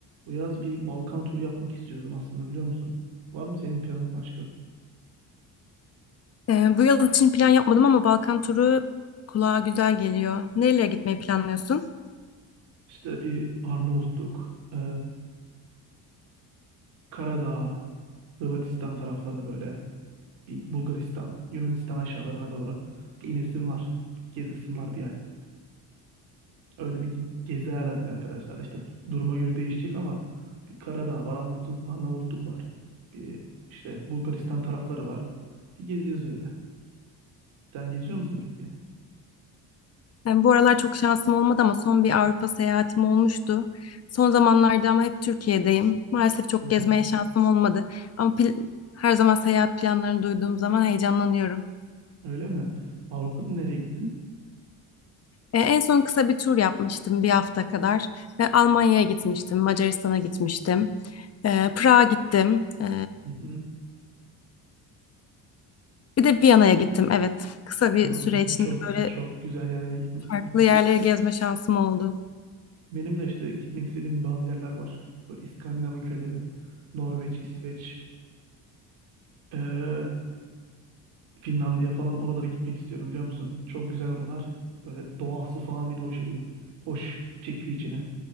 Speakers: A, on the right; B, on the left.
A: Bu yaz bir Balkan turu yapmak istiyordum aslında biliyor musun? Var mı senin planın başka?
B: Ee, bu yıl için plan yapmadım ama Balkan turu kulağa güzel geliyor. Nereye gitmeyi planlıyorsun?
A: İşte bir Arnavutluk, e, Karadağ, Hırvatistan taraflarına böyle, bir Bulgaristan, Yunanistan aşağılarına doğru bir inesim var, bir gezesim var bir ay. Öyle bir gezi ayarladık arkadaşlar. İşte duruma göre değişecek ama bir Karadağ var, Arnavutluk, Arnavutluk var. Bir işte Bulgaristan tarafları var. Bir geziyoruz öyle. Sen geziyor musun peki?
B: Yani bu aralar çok şansım olmadı ama son bir Avrupa seyahatim olmuştu. Son zamanlarda ama hep Türkiye'deyim. Maalesef çok
A: Hı hı.
B: gezmeye şansım olmadı. Ama pil- her zaman seyahat planlarını duyduğum zaman heyecanlanıyorum.
A: Öyle mi? Avrupa'da nereye gittin?
B: E, En son kısa bir tur yapmıştım bir hafta kadar. E, Almanya'ya gitmiştim, Macaristan'a gitmiştim, E, Prag'a gittim, E,
A: <laughs>
B: bir de Viyana'ya gittim. Evet, kısa bir
A: Aa,
B: süre
A: gü-
B: içinde
A: çok
B: böyle
A: çok güzel yerlere gitmişsin.
B: farklı yerleri gezme şansım oldu.
A: Benim de işte gitmek istediğim bazı yerler var. Böyle İskandinav ülkeleri, Norveç, İsveç, eee, Finlandiya falan oralara gitmek istiyorum biliyor musun? Çok güzel oralar. Böyle doğası falan beni hoş ediyor. Hoş çekiyor içine.